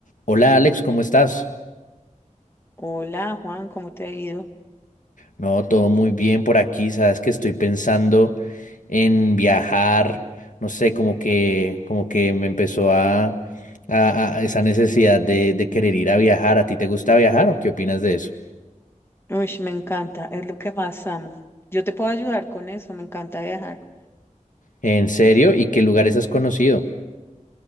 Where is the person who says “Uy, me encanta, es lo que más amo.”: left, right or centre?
Left